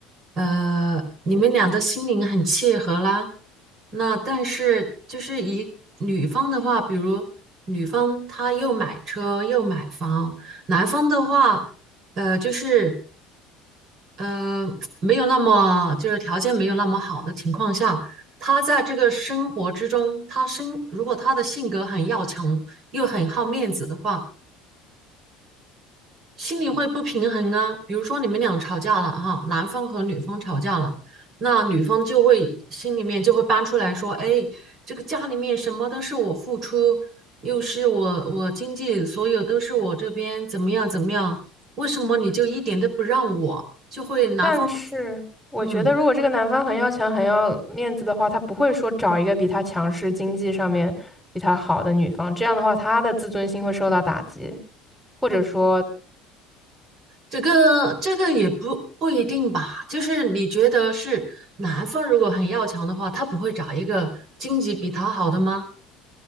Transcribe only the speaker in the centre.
但是我觉得，
如果这个男方很要强、很要面子的话，他不会说找一个比他强势、经济上面比他好的女方，这样的话，他的自尊心会受到打击，或者说，